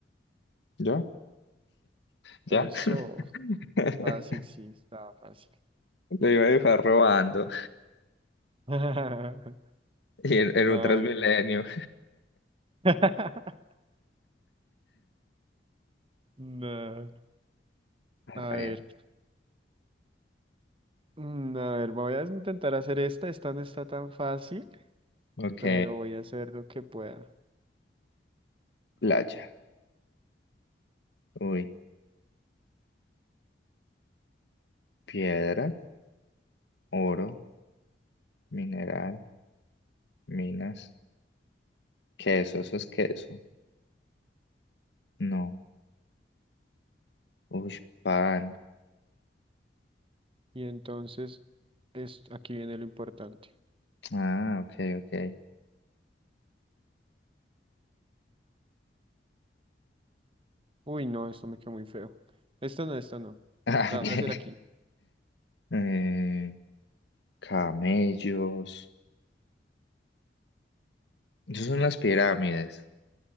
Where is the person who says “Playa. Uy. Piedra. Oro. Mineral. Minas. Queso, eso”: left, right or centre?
Left